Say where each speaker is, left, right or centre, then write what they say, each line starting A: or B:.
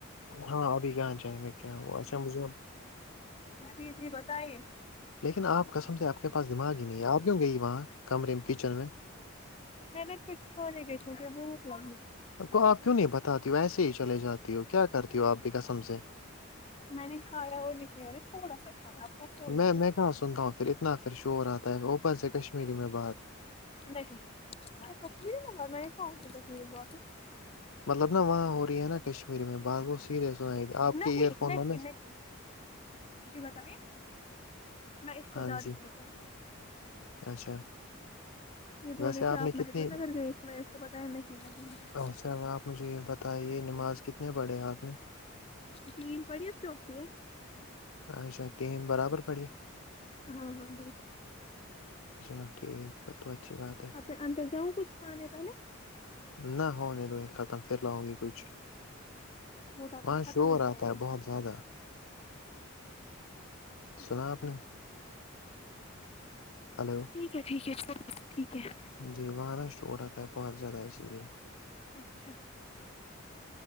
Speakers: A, on the left; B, on the left.
A: ہاں ابھی کہاں جائیں گے کیا ہوا اچھا مجھے اب
B: <inaudible> جی جی بتائیے
A: لیکن آپ کسم سے آپ کے پاس دماغ ہی نہیں ہے آپ کیوں گئی وہاں کمرے میں کچن میں
B: میں نےا کچھ کھانے بیھے کہ بھوک لگی
A: اب تو آپ کیوں نہیں بتات ہو ایسے ہی چلے جاتی ہو کیا کرتی ہو آپ بھی کسم سےیں
B: میں نے کھایا اور لکل اے تھوڑا سا کھایا آپ کیسے ہو
A: میں
B: لیجیے
A: میں کہاں سنتا ہوں پھر اتنا پھر شور آتا ہے اوپن سے کشمیری میں بات
B: نہیں کشمیری میں بات میں کہن سے کشمیری میں بات
A: مطلب نا وہاں ہو رہی ہے نا کشمیری میں بات وہ سیدھے سناائی آپ
B: نہیں
A: کے ایئر فون
B: نہیں
A: ن ہے
B: نہیں جی بتائیے میں اس کو
A: ہاں
B: دادی
A: جی
B: کو بتا دیتی ہ
A: اچھا
B: یہ بول
A: ویسے
B: رہے کہ آپ
A: نے
B: محجود
A: کتنی
B: نگر گئے تھے میں نے اس کو پتا ہے نہیں نہیں نہیں نہیں
A: اچھا آپ مجھے یہ بتائیے نماز کتنے پڑے ہیں آپ نے
B: تین پڑیے چ ہوتی <inaudible>
A: اچھا تین برابر پڑی
B: ہاں ہاں بالکل
A: اچھا ٹھیک کر تو اچھی بات ہے
B: اپنے اندر جاؤں کچھ کھانے پہلے
A: نہ ہونے دو ہییں ختم پھر لوں گی کچھ
B: وہ تب
A: وہاں
B: تک ختم
A: شور
B: ہو
A: آتا
B: جائے
A: ہے
B: گا
A: بہت زیادہ سنا
B: اچھا ٹھیک
A: آپ نے ہلو
B: ہے ٹھیک ہے ٹھیک ہے ٹھیک ہے <inaudible>
A: جی وہاں ن شٹ ہو رہتا ہے بہت زیادہ اسی لیے
B: اچھا